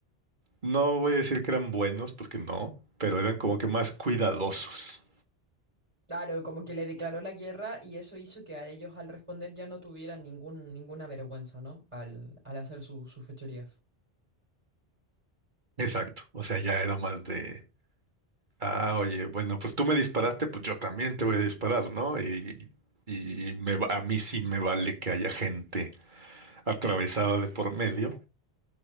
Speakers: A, on the right (about 50°); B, on the right (about 30°).
A: no voy a decir que eran buenos, porque no, pero eran como que más cuidadosos.
B: Claro, como que le declaró la guerra y eso hizo que a ellos al responder ya no tuvieran ningún, ninguna vergüenza, ¿no? Al, al hacer su- sus fechorías.
A: Exacto, o sea, ya era más de... Ah, oye, bueno, pues tú me disparaste, pues yo también te voy a disparar, ¿no? Y, y me, va- a mí sí me vale que haya gente atravesada de por medio